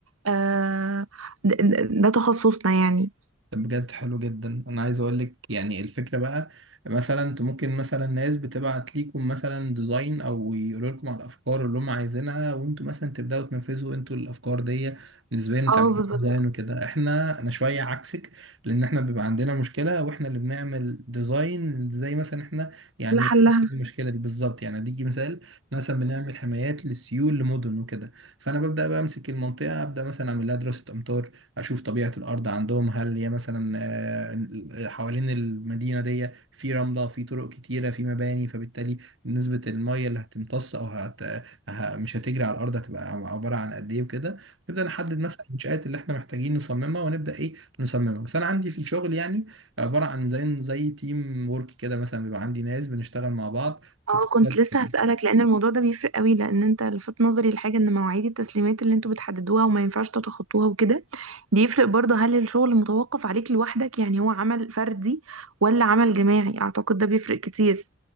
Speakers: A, on the right (about 80°); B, on the right (about 60°).
A: آه، ده ده- ده تخصصنا يعني
B: طب بجد حلو جدا انا عايز اقول لك يعني الفكره بقى مثلا انت ممكن مثلا ناس بتبعت ليكم مثلا ديزاين او يقولوا لكم على الافكار اللي هم عايزينها وانتوا مثلا تبداوا تنفذوا انتوا الافكار دي نسبيا وتعملوا
A: اه بالظبط
B: ديزاين وكده احنا انا شويه عكسك لان احنا بيبقى عندنا مشكله واحنا اللي بنعمل ديزاين زي مثلا احنا يعني
A: لحلها
B: المشكله دي بالظبط يعني اديكي مثال مثلا بنعمل حمايات للسيول لمدن وكده فانا ببدا بقى امسك المنطقه ابدا مثلا اعمل لها دراسه امطار اشوف طبيعة الارض عندهم هل هي مثلا آه، حوالين المدينة دي في رملة في طرق كتيرة في مباني فبالتالي نسبة المية اللي هتمتص او هت... ه- مش هتجري على الارض هتبقى عبارة عن قد ايه وكده نبدأ نحدد مثلا المنشآت اللي احنا محتاجين نصممها ونبدأ ايه نصممها بس انا عندي في الشغل يعني عبارة عن زي زي تيم ورك كده مثلا بيبقى عندي ناس بنشتغل مع بعض في
A: اه
B: التاسكات
A: كنت لسه
B: وكده
A: هسألك لأن الموضوع ده بيفرق قوي لأن انت لفت نظري لحاجة ان مواعيد التسليمات اللي انتوا بتحددوها وما ينفعش تتخطوها وكده بيفرق برضه هل الشغل متوقف عليك لوحدك يعني هو عمل فردي ولا عمل جماعي أعتقد ده بيفرق كتير